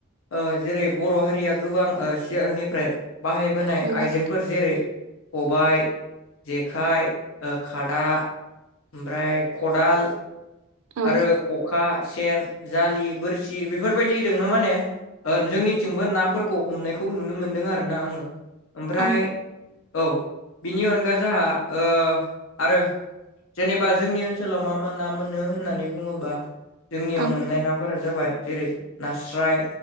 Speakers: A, on the left; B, on the right.
A: ओ जेरै बर' हारिया गोबां ओ सिगांनिफ्राय बाहाय बोनाय
B: उम
A: आइजेंफोर जेरै खबाइ जेखाइ ओ खादा ओमफ्राय खदाल
B: औ
A: आरो खखा, सेन, जालि, बोरसि बेफोरबायदि दोंनो माने ओ जोंनिथिंबो नाफोरखौ हमनायखौ नुनो मोनदों आरो ना आङो ओमफ्राय
B: औ
A: औ बिनि अनगा जाहा ओ आरो जेनेबा जोंनि ओनस नसोलाव मा ना मोनो होननानै बुङोबा जोंनियाव
B: औ
A: मोननाय ना फोरा जाबाय जेरै नास्राय